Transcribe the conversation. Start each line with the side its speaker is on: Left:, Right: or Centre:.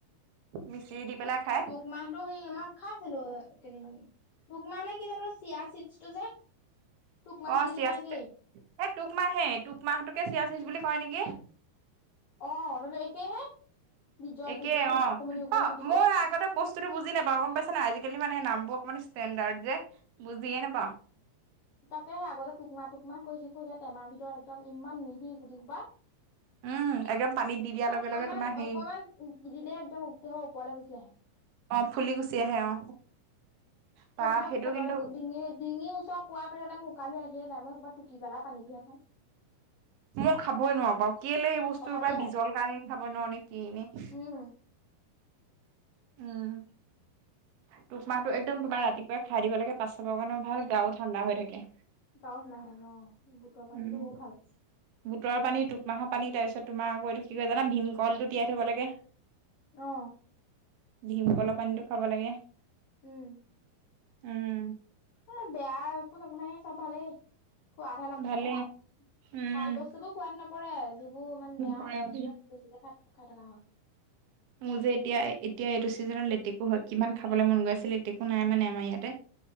Right: মিচিৰি দি পেলাই খাই
Left: টুক মাহটো সেই মই খাইছিলোঁ তিৰিঙনি টুকমাহ নে কি জানো চিয়া চিচটো যে টোক মাহৰ
Right: অ
Left: নিচিনা
Right: চিয়াচিদ
Left: একেই।
Right: এই টুকমাহে টুক মাহটোকে চিয়াচিচ বুলি কয় নিকি
Left: অ মানে একেহে বিজল
Right: একে
Left: বিজল
Right: অ
Left: অকমানি অকমানি
Right: অ
Left: গুটিবোৰ।
Right: মই আগতে বস্তুতো বুজি নাই বাৰু গম পাইছা নাই আজিকালি মানে নাম বোৰ মানে ষ্টেণ্ডাৰ্ড যে বুজিয়ে নাপাওঁ।
Left: তাকে সে আগতে টুকমা টুকমা কৰি থাকো এতিয়া টেমাৰ ভিতৰত একদম ইমান মিহি গুটি সোপা
Right: উম
Left: <inaudible>
Right: একদম পানীত দি দিয়াৰ লগে
Left: অকণমান
Right: লগে তোমাৰ হেৰি
Left: অকমান গিলিলে একদম গোটেই সোপা ওপৰলে গুচি আহে
Right: অ ফুলি গুচি আহে অ বা
Left: সেই সোপা
Right: সেইটো
Left: পেটৰলৈ
Right: কিন্তু
Left: গ'ল ডিঙি ডিঙিৰ ওচৰ পোৱাৰ পিছতে মোৰ উকালি আহিয়ে যায় ক'বাত টুকি পেলাই পানীটোহে খাওঁ
Right: মই খাবই নোৱাৰো বাও কেলে এই বস্তুৰ
Left: উকালি
Right: পোৰা
Left: আহে
Right: বীজল কাৰণে খাবই নোৱাৰো নে কিয়ে নে
Left: উম
Right: উম টুক মাহটো একদম তোমাৰ ৰাতিপুৱাই খাই দিব লাগে পাঁচ, ছবাৰ কাৰণে ভাল গাও ঠাণ্ডা হৈ থাকে।
Left: গাও ঠাণ্ডা হৈ থাকে অ বুটুৰ পানীতো
Right: উম
Left: বহুত ভাল
Right: বুটৰ পানী, টুক মাহৰ পানী, তাৰপিছত তোমাৰ আকৌ এইটো কিহয় জানা ভীমকলটো তিয়াই থব লাগে।
Left: অ
Right: ভীমকল পানীটো খাব লাগে,
Left: উম।
Right: উম।
Left: এ বেয়া একো নোগোন্ধাই চব ভালেই সোৱাদহে নপৰে,
Right: ভালে উম
Left: ভাল বস্তু বোৰ সোৱাদ নপ পৰে যিবোৰ ইমান বেয়া
Right: পৰে
Left: সেইবোনে বেছিকে খাই খাই থকা হয়।
Right: মোৰ যে এতিয়া এতিয়া এইটো ছিজনত লেটেকু হয় কিমান খাবলে মন গৈ আছিলে একো নাই মানে আমাৰ ইয়াতে।